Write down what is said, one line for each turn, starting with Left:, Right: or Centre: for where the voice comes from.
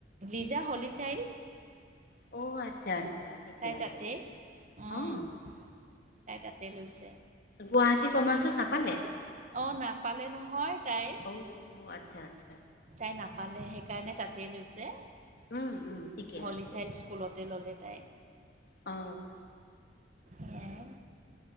Right: লিজা হলিচাইন
Left: অ আচ্ছা আচ্ছা ঠিকে
Right: তাই
Left: আছে
Right: তাতে
Left: দিয়া
Right: উম
Left: অ
Right: তাই তাতে লৈছে
Left: গুৱাহাটী কমাৰ্চত নাপালে
Right: অ নাপালে নহয় তাই
Left: অ আচ্ছা আচ্ছা
Right: তাই নাপালে সেইকাৰণে তাতেই লৈছে
Left: উম উম ঠিকে
Right: হলিচাইল্ড
Left: আছে
Right: স্কুলতে ল'লে তাই
Left: অ
Right: সেইয়াই